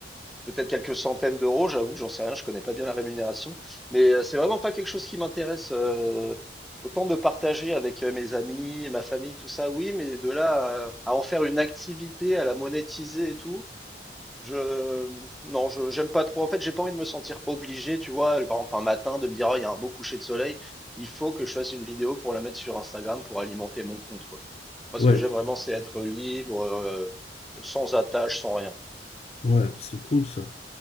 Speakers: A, in the centre; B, on the left (about 35°).
A: peut-être quelques centaines d'euros. J'avoue, j'en sais rien. Je connais pas bien la rémunération, mais euh, c'est vraiment pas quelque chose qui m'intéresse. euh, autant de partager avec euh, mes amis, ma famille, tout ça, oui, mais de là à, à en faire une activité, à la monétiser et tout, je non, je j'aime pas trop. En fait, j'ai pas envie de me sentir obligé, tu vois, par exemple un matin de me dire, Ah, il y a un beau coucher de soleil, il faut que je fasse une vidéo pour la mettre sur Instagram pour alimenter mon compte, quoi. Moi,
B: Ouais,
A: ce que j'aime vraiment, c'est être libre, euh, sans attache, sans rien.
B: ouais, c'est cool ça.